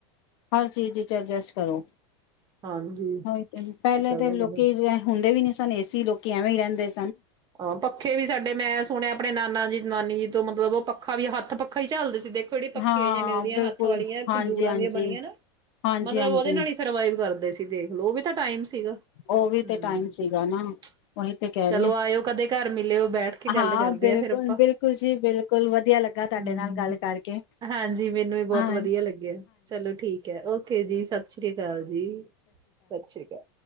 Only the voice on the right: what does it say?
ਹਾਂਜੀ
ਇਹ ਤਾਂ
ਗੱਲ
ਹੈ
ਅ ਪੱਖੇ ਵੀ ਸਾਡੇ ਮੈਂ ਸੁਣਿਆ ਆਪਣੇ ਨਾਨਾ ਜੀ ਨਾਨੀ ਤੋ ਮਤਲਬ ਓਹ ਪੱਖਾ ਵੀ ਹੱਥ ਪੱਖਾ ਚੱਲਦੇ ਸ ਦੇਖੋ ੲਹੜਿ ਪਖੀਆਂ
ਜਿਂ ਮਿਲਦੀਆਂ
ਹੱਥ ਵਾਲੀਆਂ
ਖੰਜੂਰਾਂ
ਦੀਆਂ ਬਣੀਆਂ ਨਾ,
ਮਤਲਬ
ਓਹਦੇ ਨਾਲ ਹੀ ਸਰਵਾਈਵ ਕਰਦੇ ਸੀ ਦੇਖ ਲੋ, ਓਹ ਵੀ ਤਾਂ ਟਾਈਮ ਸੀਗਾ,
ਹਮ--ਚਲੋ
ਆਇਓ ਲੇ ਓ ਬੈਠ ਕੇ ਗੱਲ
ਕਰਦੇ
ਆ ਫਿਰ ਆਪਾਂ,
ਹਮ
ਹਾਂਜੀ ਮੈਨੂੰ ਵੀ ਬੋਹਤ
ਵਧੀਆ ਲੱਗਿਆ ਚਲੋ ਠੀਕ ਏ, ਓਕੇ ਜੀ ਸਤਿ ਸ੍ਰੀ ਅਕਾਲ ਜੀ ਸਤਿ ਸ੍ਰੀ ਅਕਾਲ